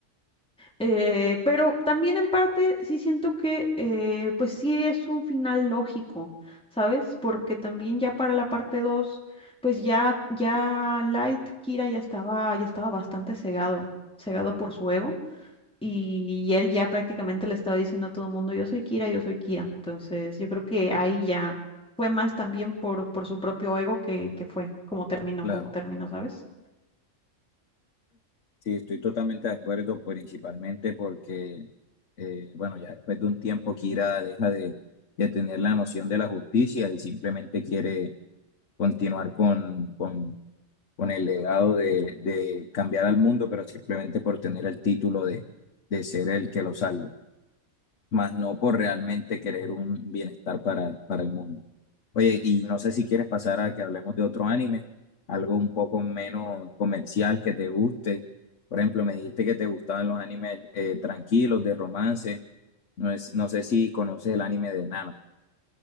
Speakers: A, in the centre; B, on the left.
A: Eh, pero también en parte sí siento que eh, pues sí es un final lógico, ¿sabes? Porque también ya para la parte 2 pues ya, ya Light Kira ya estaba, ya estaba bastante cegado, cegado por su ego. Y él ya prácticamente le estaba diciendo a todo el mundo, yo soy Kira, yo soy Kira. Entonces yo creo que ahí ya fue más también por, por su propio ego que, que fue como terminó,
B: claro.
A: como terminó, ¿sabes?
B: Sí, estoy totalmente de acuerdo, principalmente porque, eh, bueno, ya después de un tiempo Kira deja de, de tener la noción de la justicia y simplemente quiere continuar con, con, con el legado de, de cambiar al mundo, pero simplemente por tener el título de, de ser el que lo salve. más no por realmente querer un bienestar para, para el mundo. Oye, y no sé si quieres pasar a que hablemos de otro anime, algo un poco menos comercial que te guste. Por ejemplo, me dijiste que te gustaban los animes eh, tranquilos, de romance. No es- no sé si conoces el anime de Nana.